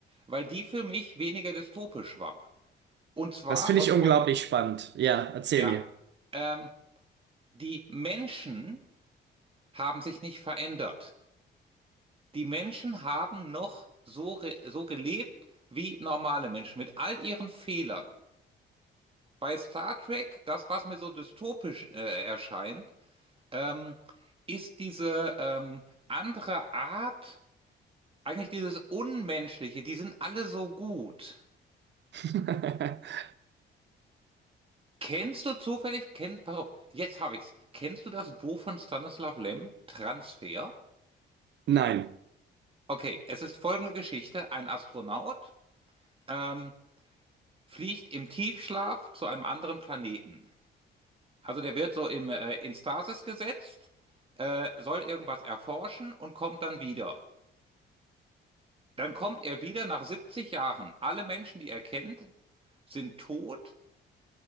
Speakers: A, on the right; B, on the right.
A: weil die für mich weniger dystopisch war. Und zwar
B: Das finde
A: aus
B: ich
A: folgendem,
B: unglaublich spannend. Ja, erzähl
A: ja,
B: mir.
A: ähm, die Menschen haben sich nicht verändert. die Menschen haben noch so, re- so gelebt wie normale Menschen, mit all ihren Fehlern. Bei Star Trek, das, was mir so dystopisch äh, erscheint, ähm, ist diese ähm, andere Art, eigentlich dieses Unmenschliche, die sind alle so gut.
B: <laughs>
A: Kennst du zufällig, kenn, pass auf, jetzt habe ich's. Kennst du das Buch von Stanislav Lem, Transfer?
B: Nein.
A: Okay, es ist folgende Geschichte. Ein Astronaut ähm, fliegt im Tiefschlaf zu einem anderen Planeten. Also der wird so im, äh, in Stasis gesetzt, äh, soll irgendwas erforschen und kommt dann wieder. Dann kommt er wieder nach 70 Jahren. Alle Menschen, die er kennt, sind tot